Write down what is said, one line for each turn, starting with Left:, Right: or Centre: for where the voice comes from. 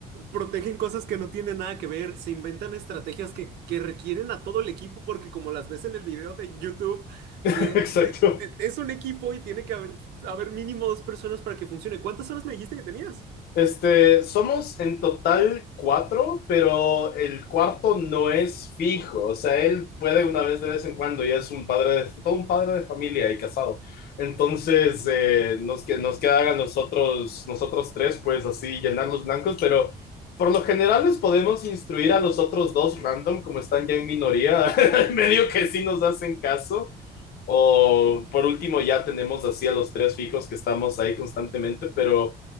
Right: protegen cosas que no tienen nada que ver, se inventan estrategias que, que requieren a todo el equipo, porque como las ves en el video de YouTube,
Left: <laughs>
Right: eh,
Left: exacto.
Right: de- de- es un equipo y tiene que haber, haber mínimo dos personas para que funcione. ¿Cuántas horas me dijiste que tenías?
Left: Este, somos en total cuatro, pero el cuarto no es fijo. O sea, él puede una vez de vez en cuando, ya es un padre de, todo un padre de familia y casado. Entonces, eh, nos, que- nos queda a nosotros, nosotros tres, pues así, llenar los blancos, pero por lo general les podemos instruir a los otros dos random, como están ya en minoría, <laughs> medio que sí nos hacen caso. O por último, ya tenemos así a los tres fijos que estamos ahí constantemente, pero